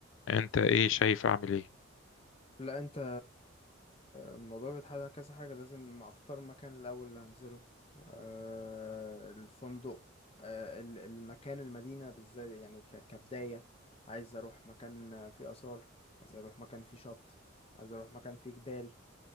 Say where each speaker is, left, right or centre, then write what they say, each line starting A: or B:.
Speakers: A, on the left (about 65°); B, on the left (about 25°).
A: أنت إيه شايف أعمل إيه؟
B: لا انت الموضوع بيتحدد على كذا حاجه لازم اختار مكان الاول اللي هنزله آه الفندق آه ال- المكان المدينه بالذات يعني ك- كبدايه عايز اروح مكان فيه اثار عايز اروح مكان فيه شط عايز اروح مكان فيه جبال